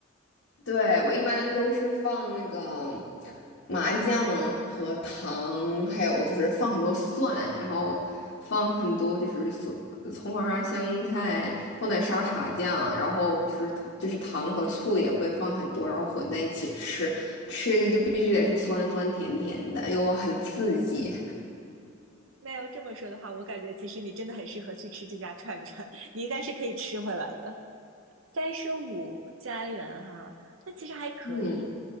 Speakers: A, on the left; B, on the right.
A: 对，我一般都是放那个麻酱和糖，还有就是放很多蒜，然后放很多就是蒜、葱花、香菜，放点沙茶酱，然后就是糖就是糖和醋也会放很多，然后混在一起吃，吃的就必须得是酸酸甜甜的，又很刺激。
B: 那要这么说的话，我感觉其实你真的很适合去吃这家串串，你应该是可以吃回来的。三十五家园哈，那其实还可以，
A: 嗯，